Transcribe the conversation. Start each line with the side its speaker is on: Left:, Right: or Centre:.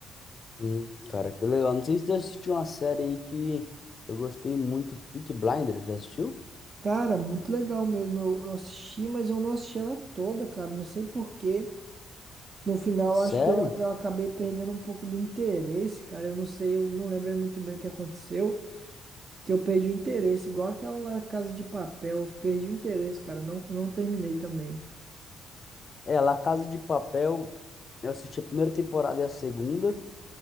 Left: Hum, cara, que legal. Não sei se você assistiu uma série aí que eu gostei muito, Peaky Blinders, já assistiu?
Right: Cara, muito legal mesmo. Eu, eu assisti, mas eu não assisti ela toda, cara. Não sei por quê. No final,
Left: Sério?
Right: eu acho que eu, eu acabei perdendo um pouco do interesse, cara. Eu não sei, eu não lembro muito bem o que aconteceu, que eu perdi o interesse, igual aquela lá, Casa de Papel. Eu perdi o interesse, cara. Não, não terminei também.
Left: É, La Casa de Papel, eu assisti a primeira temporada e a segunda.